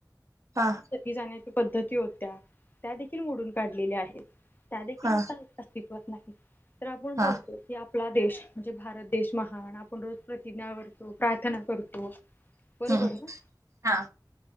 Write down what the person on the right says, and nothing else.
हा
हा
हा
हम् हा हा हा
हम्
हा